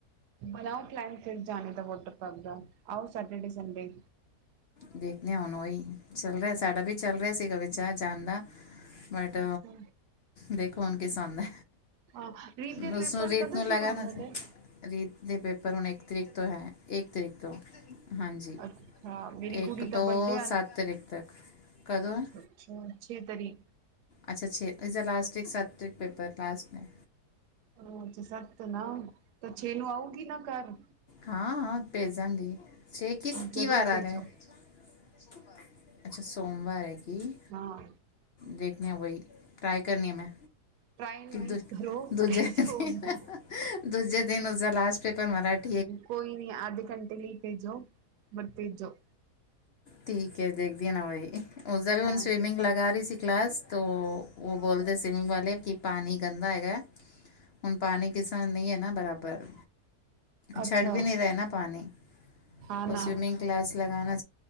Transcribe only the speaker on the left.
ਦੇਖਦੇ ਹਾ, ਹੁਣ ਓਹੀ ਚੱਲ ਰਿਆ ਸਾਡਾ ਵੀ ਚੱਲ ਰਿਆ ਸੀਗਾ ਵਿਚਾਰ ਜਾਣ ਦਾ। ਬਟ
ਦੇਖੋ ਹੁਣ ਕਿਸ ਤਰਹ ਹੁੰਦਾ।
ਬੱਸ
ਨੂੰ ਰੀਤ
ਨੂੰ ਲਗਾਣਾ
ਸੀ। ਰੀਤ ਦੇ ਪੇਪਰ ਹੁਣ ਇੱਕ ਤਰੀਕ ਤੋਂ ਹੈ ਇੱਕ ਤਰੀਕ ਤੋਂ। ਹਾਂਜੀ,
ਇੱਕ
ਤੋਂ
ਸੱਤ ਤਰੀਕ ਤੱਕ, ਕਦੋਂ ਹੈ?
ਅੱਛਾ, ਛੇ ਇਜਦਾ ਅ ਲਾਸਟ ਇਕ ਸੱਤ ਤਰੀਕ ਪੇਪਰ ਲਾਸਟ ਨੇ।
ਹਾਂ-ਹਾਂ, ਭੇਜ ਦਾਂਗੀ ਛੇ ਕਿਸ ਕੀ
ਵਾਰ ਆ
ਰਿਹਾ? ਸੋਮਵਾਰ ਅੱਛਾ, ਸੋਮਵਾਰ ਹੈ ਕਿ?
ਵੇਖਨੀ ਹੈ ਹੋਏ ਟਰਾਈ ਕਰਨੀ ਹਾ ਮੈਂ।
ਦ
ਦੂਜੇ
ਦਿਨ-ਦੂਜੇ
ਦਿਨ ਉਸ ਦਾ ਲਾਸਟ ਪੇਪਰ ਮਰਾਠ
ਠੀਕ ਹੈ, ਦੇਖਦੇ ਨਾ ਬਾਈ। ਉਸਦਾ ਵੀ ਉਨ
ਸਵੀਮਿੰਗ ਲਗਾ ਰਹੀ ਸੀ ਕਲਾਸ ਤੋ ਵੋ ਬੋਲਦੇ ਸਵੀਮਿੰਗ ਵਾਲੇ ਕਿ ਪਾਣੀ ਗੰਦਾ ਹੈਗਾਆ। ਹੁਣ ਪਾਣੀ ਕਿਸੇ ਨਹੀਂ ਹੈ ਨਾ ਬਰਾਬਰ।
ਛੜ ਵੀ ਨਹੀਂ ਰਹੇ ਨਾ ਪਾਣੀ,
ਤੋ
ਸਵਿਮਿੰਗ ਕਲਾਸ ਲਗਾਨਾ